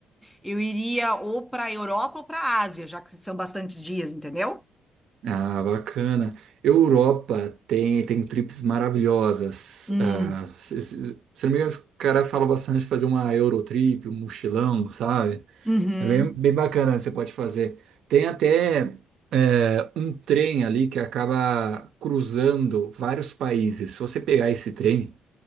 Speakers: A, in the centre; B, on the right (about 70°).
A: eu iria ou pra Europa ou pra Ásia, já que são bastantes dias, entendeu?
B: Ah, bacana. Europa tem, tem trips maravilhosas.
A: Hum.
B: Ah, se, se, se não me engano, os caras falam bastante de fazer uma Eurotrip, um mochilão, sabe?
A: Uhum.
B: É bem, bem bacana, você pode fazer. Tem até é, um trem ali que acaba cruzando vários países. Se você pegar esse trem,